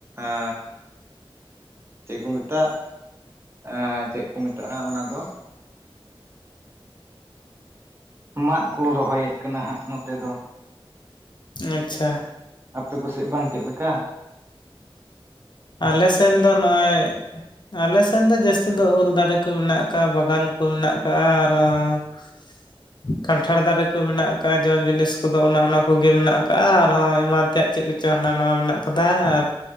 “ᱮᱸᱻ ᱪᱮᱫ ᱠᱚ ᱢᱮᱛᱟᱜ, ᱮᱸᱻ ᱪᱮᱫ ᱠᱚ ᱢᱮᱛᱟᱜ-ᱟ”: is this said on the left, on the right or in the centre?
Right